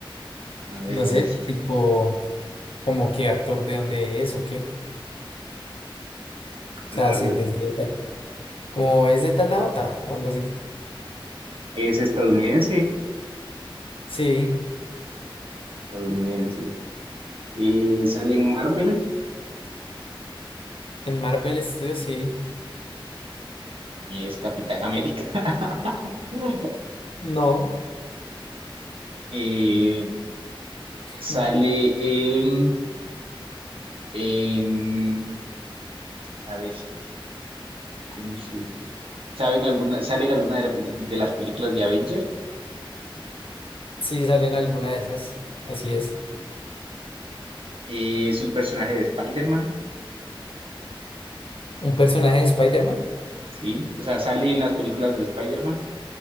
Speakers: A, on the right (about 80°); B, on the left (about 75°).
A: A ver,
B: No sé, tipo, como qué actor de dónde es o qué. O
A: ah,
B: sea, si
A: bueno.
B: es de tal. Como es de tal lado, ta, o algo así.
A: Es estadounidense,
B: Sí,
A: estadounidense. Eh, sale en Marvel
B: en Marvel Studios sí.
A: y es Capitán América. <laughs>
B: No.
A: Eh,
B: <laughs>
A: Sale en, en, a ver, ¿cómo se llama? ¿Saben alguna, sale en alguna de, la peli- de las películas de Avenger?
B: Sí, salen alguna de esas. Así es.
A: Eh, es un personaje de Spider-Man,
B: ¿Un personaje de Spider-Man?
A: ¿sí? O sea, sale en las películas de Spider-Man.